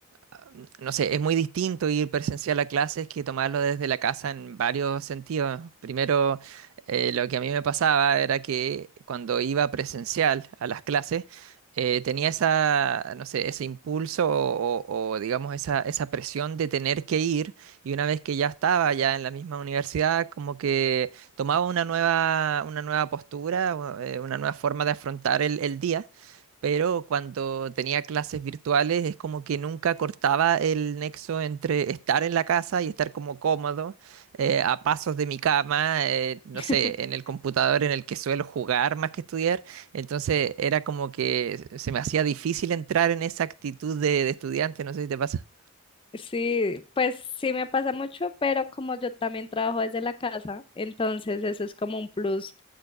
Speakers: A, on the right; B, on the left.
A: ah, no sé, es muy distinto ir presencial a clases que tomarlo desde la casa en varios sentidos. Primero, eh, lo que a mí me pasaba era que cuando iba presencial a las clases, eh, tenía esa, no sé, ese impulso o, o- o, digamos esa, esa presión de tener que ir y una vez que ya estaba ya en la misma universidad, como que tomaba una nueva, una nueva postura, o, eh, una nueva forma de afrontar el el día pero cuando tenía clases virtuales es como que nunca cortaba el nexo entre estar en la casa y estar como cómodo, eh, a pasos de mi cama, eh, no
B: <laughs>
A: sé, en el computador en el que suelo jugar más que estudiar. Entonces era como que se me hacía difícil entrar en esa actitud de, de estudiante, no sé si te pasa.
B: Sí, pues sí me pasa mucho, pero como yo también trabajo desde la casa, entonces eso es como un plus